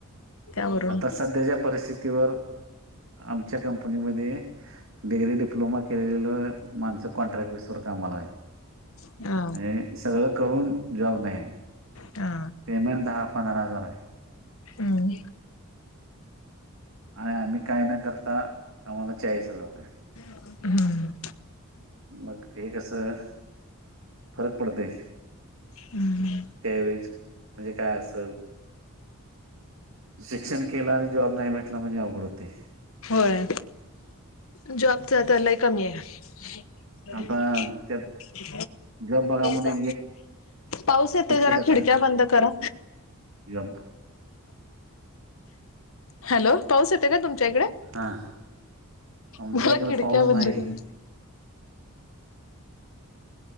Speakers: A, on the left; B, on the right.
A: त्यावरून
B: आता सध्याच्या परिस्थितीवर आमच्या कंपनीमध्ये डिग्री डिप्लोमा केलेलं माणसं कॉन्ट्रॅक्ट विसर का मला
A: ह
B: आणि सगळं करून जॉब नाही आहे
A: हा
B: पेमेंट दहा पंधरा हजार आहे
A: हम्
B: आणि आम्ही काही ना करता आम्हाला चाळीस हजार आहे
A: हम्
B: मग ते कसं फरक पडते
A: हम्म
B: त्यावेळेस म्हणजे काय असल शिक्षण केला आणि जॉब नाही भेटला म्हणजे अवघड होते
A: होय जॉबचा त्याला कमी आहे ते
B: आता त्यात जॉब बघा म्हणे
A: जा पाऊस येतो
B: एनटीपीसीला
A: जरा खिडक्या बंद करा
B: यल
A: हॅलो पाऊस येते का तुमच्या इकडे
B: हा आमच्या
A: मला
B: इकडे
A: किडक्या
B: पाऊस
A: बंद
B: नाही.
A: ग